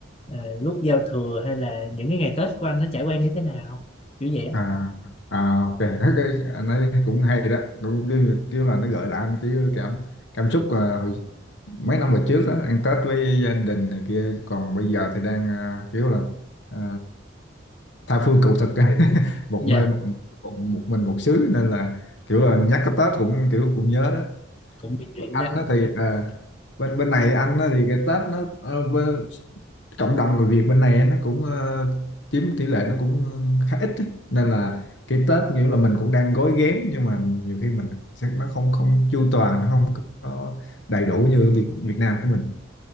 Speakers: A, on the left; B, on the left.
A: ờ, lúc giao thừa hay là những cái ngày Tết của anh nó trải qua như thế nào kiểu vậy á
B: à à ok thấy cái anh ấy cũng hay đó cũng kiểu, kiểu là nó gợi lại anh cái cảm cảm xúc à, hồi, mấy năm về trước á ăn Tết với gia đình này kia còn bây giờ thì đang à, kiểu là à, tha phương cầu thực á. <laughs> một
A: Dạ.
B: nơi một, một, một mình một xứ nên là kiểu là nhắc cái Tết cũng kiểu cũng nhớ đó
A: cũng bị rỉ
B: anh
A: đấy
B: đó thì à, bên bên này anh á, thì cái Tết nó ờ, bên, cộng đồng người Việt bên này nó cũng ờ, chiếm tỷ lệ nó cũng ờ, khá ít ấy. Nên là cái Tết nghĩa là mình cũng đang gói ghém nhưng mà nhiều khi mình sẽ nó không không chu toàn nó không có đầy đủ như Việt Việt Nam của mình